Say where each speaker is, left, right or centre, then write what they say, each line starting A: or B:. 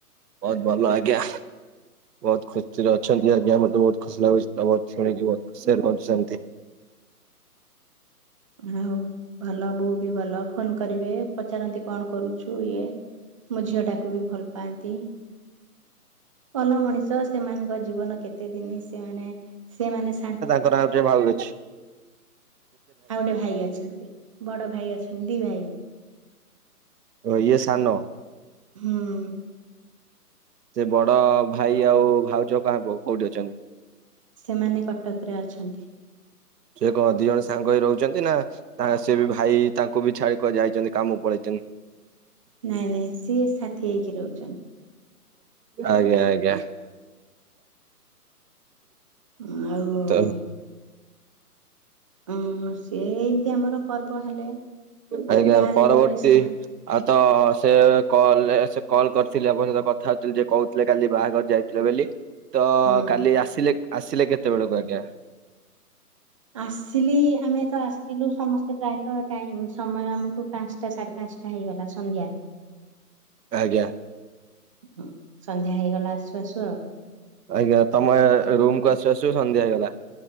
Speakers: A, on the right; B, on the right.
A: ବହୁତ ଭଲ ଆଜ୍ଞା। ବହୁତ ଖୁସି ରେ ଅଛନ୍ତି ଆଜ୍ଞା ମତେ ବହୁତ ଖୁସି ଲାଗୁଛି ବତ ଶୁଣିକି ବହୁତ ଖୁସିରେ ରୁହୁନ୍ତୂ ସେମିତି।
B: ଆଉ ଭଲ ବୋଉ ବି ଭଲ ଫୋନ କରିବେ, ପଚାରନ୍ତି କଣ କରୁଛୁ ଇଏ ମୋ ଝିଅ ଟାକୁ ବି ଭଲ ପାଆନ୍ତି। ଭଲ ମଣିଷ ସେମାନଙ୍କ ଜୀବନ କେତେ ଦିନ ସେମାନେ ସେମାନେ
A: ତାର ଆଉ ଟିକେ ଭାଉ ଅଛି।
B: ଆଉ ଗୋଟେ ଭାଇ ଅଛନ୍ତି। ବଡ ଭାଇ ଅଛନ୍ତି। ଦି ଭାଇ।
A: ଓ ୟଏ ସାନ?
B: ହୁଁ।
A: ସେ ବଡ ଭାଇ ଆଉ ଭାଉଜ କାଣ କୋଉଠି ଅଛନ୍ତି?
B: ସେମାନେ କଟକରେ ଅଛନ୍ତି।
A: ସିଏ କଣ ଦି ଜଣ ସାଙ୍ଗ ହେଇ ରହୁଛନ୍ତି ନା ତା ସିଏ ବି ଭାଇ ତାଙ୍କୁ ବି ଛାଡିକ କୁଆଡ଼େ ଯାଇଛନ୍ତି କାମକୁ ପଳେଇଛନ୍ତି।
B: ନାଇଁ ନାଇଁ ସିଏ ସାଥି ହେଇକି ରହୁଛନି।
A: ଆଜ୍ଞା ଆଜ୍ଞା।
B: ଆଉ,
A: ତ
B: ଆଁ ସିଏ ଏମିତି ଆମର ପର୍ବ ହେଲେ,
A: ଆଜ୍ଞା
B: ଗାଁରେ
A: ପରବର୍ତ୍ତୀ
B: ଯେତେବେଳେ ସା
A: ଆଉ ତ ସେ କଲ ରେ ସେ କଲ୍ କରିଥିଲି ଆପଣଙ୍କ ସହିତ କଥା ହଉଥିଲି ଯେ କହୁଥିଲେ କାଲି ବାହାଘର ଯାଇଥି ଥିଲେ ବୋଲି ତ
B: ହୁଁ।
A: କାଲି ଆସିଲେ ଆସିଲେ କେତେବେଳକୁ ଆଜ୍ଞା?
B: ଆସିଲି ଆମେ ତ ଆସିଲୁ ସମସ୍ତେ ପ୍ରାୟତ ଟାଇମ୍ ସମୟ ଆମକୁ ପାଞ୍ଚଟା ସାଢେ ପାଞ୍ଚଟା ଟା ହେଇଗଲା ସନ୍ଧ୍ୟା,
A: ଆଜ୍ଞା।
B: ହଁ ସନ୍ଧ୍ୟା ହେଇଗଲା ଆସୁ ଆସୁ ଆଉ
A: ଆଜ୍ଞା ତମେ ରୁମ କୁ ଆସୁ ଆସୁ ସନ୍ଧ୍ୟା ହେଇଗଲା।